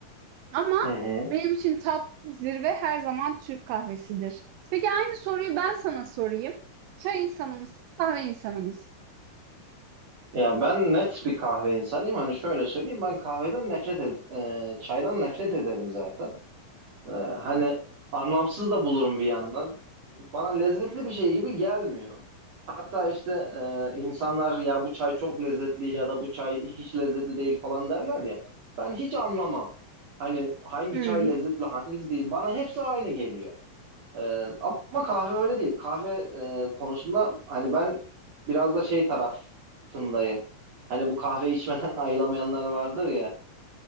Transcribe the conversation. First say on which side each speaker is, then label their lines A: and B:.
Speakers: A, on the right; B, on the right.
A: Ama
B: Hı hı.
A: benim için top zirve her zaman Türk kahvesidir. Peki aynı soruyu ben sana sorayım. Çay insanımız, kahve insanımız.
B: Ya ben net bir kahve insanıyım. Hani şöyle söyleyeyim ben kahveden nefret ed e, çaydan nefret ederim zaten. Ee, hani
A: Hı.
B: anlamsız da bulurum bir yandan. Bana lezzetli bir şey gibi gelmiyor. Hatta işte e, insanlar ya bu çay çok lezzetli ya da bu çay hiç lezzetli değil falan derler ya. Ben hiç anlamam. Hani hangi
A: Hı.
B: çay lezzetli hangisi değil. Bana hepsi aynı geliyor. Ee, ama kahve öyle değil. Kahve e, konusunda hani ben biraz da şey tarafındayım. Hani bu kahve içmeden <laughs> ayılamayanlar vardır ya.